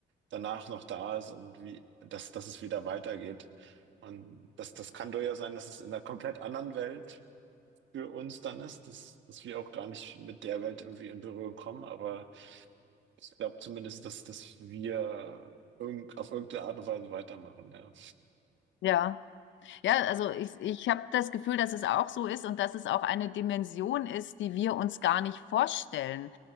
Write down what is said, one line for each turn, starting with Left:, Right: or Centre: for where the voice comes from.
Right: danach noch da ist und wie, dass, dass es wieder weitergeht. Und das, das kann durchaus sein, dass es in einer komplett anderen Welt für uns dann ist, dass, dass wir auch gar nicht mit der Welt irgendwie in Berührung kommen, aber ich glaube zumindest, dass, dass wir irgend, auf irgendeine Art und Weise weitermachen, ja.
Left: Ja. Ja, also ich, ich habe das Gefühl, dass es auch so ist und dass es auch eine Dimension ist, die wir uns gar nicht vorstellen.